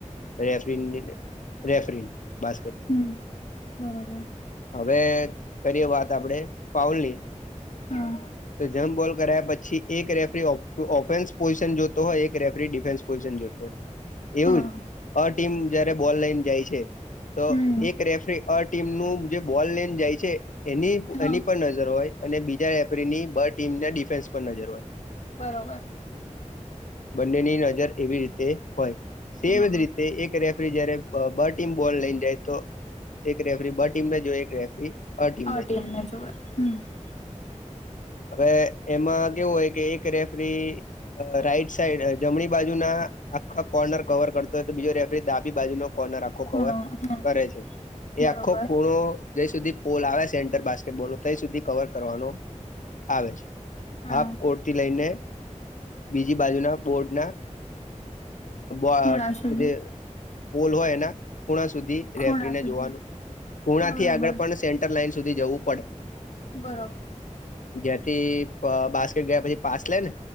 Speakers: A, on the left; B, on the left.
A: રેફરીનની રેફરીન બા
B: હમ બરોબર.
A: હવે કરીએ વાત આપડે ફઉલની
B: હા
A: તો જેમ બોલ કરયા પછી એક રેફરી ઓફેન્સ પોઝિશન જોતો હોય એક રેફરી ડિફેન્સ પોઝિશન જોતો હોય. એવું
B: હા
A: જ અ ટીમ જયારે બોલ લઈને જાય છે તો
B: હમ
A: એક રેફરી અ ટીમ નું જે બોલ લઈને જાય છે. એની
B: હા
A: એની પર નજર હોય અને બીજા એપરીની બ ટીમને ડિફેન્સ પર નજર હોય.
B: બરોબર.
A: બંનેની નજર એવી રીતે હોય. સેમ
B: હા
A: જ રીતે એક રેફરી જયારે બ ટીમ બોલ લઈને જાય તો એક રેફરી બ ટીમને જો એક રેફરી અ ટીમને
B: આ
A: જો
B: જોવે હમ <inaudible>
A: હવે એમાં કેવું હોય કે એક રેફરી અ રાઈટ સાઈડ જમણી બાજુના‌. આખા કોર્નર કવર કરતો હોય તો બીજો રેફરી ડાી બાજુ નો કોર્નર વ
B: ખૂણો હમ
A: કરે છે એ
B: બરોબર
A: આખો ખૂણો જ્યા સુધી પોલ આવે સેન્ટર બા બોનો તા ઇ સુધી કવર કરવાનો આવે છે
B: હા
A: આ કો... થી લઈને બીજી બાજુના બોર્ડના.. અ
B: ખૂણા સુધી
A: <inaudible> એના ખૂણા સુધી
B: ખૂણા
A: રેફરીને
B: સુધી
A: જોવાનું ખુણા
B: બરોબર
A: થી આગળ પણ સેન્ટર લાઈન સુધી જવું પડે.
B: બરોબર.
A: ત્યાંથી બાસ્કેટ ગયા પછી પાસ લે ને...